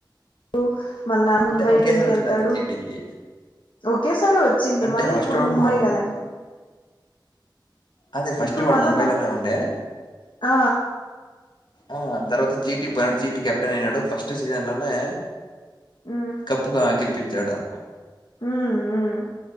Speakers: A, on the left; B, on the left.
A: ఉ మళ్ళ
B: అంటే
A: ముంబై
B: ఒకేసారి
A: టీం కెళ్తాడు
B: వచ్చాడు అంతే జీటీకి
A: ఓకే సారే వ. చ్చింది
B: అంటే
A: మళ్ళీ
B: ఫస్ట్
A: ఇప్పుడు
B: వాడు
A: ముంబై
B: ము-
A: కదండి.
B: అదే ఫస్ట్
A: ఇప్పుడు
B: వాడు
A: మళ్ళా
B: ముంబైలోనే
A: ము
B: ఉండే.
A: ఆ.
B: ఆ తర్వాత జీటి పోయినాడు జీ కెప్టెన్ అయినాడు ఫస్ట్ సీజన్ లోనే.
A: హ్మ్.
B: కప్పుగా గెలిపించాడా.
A: మ్మ్ మ్మ్.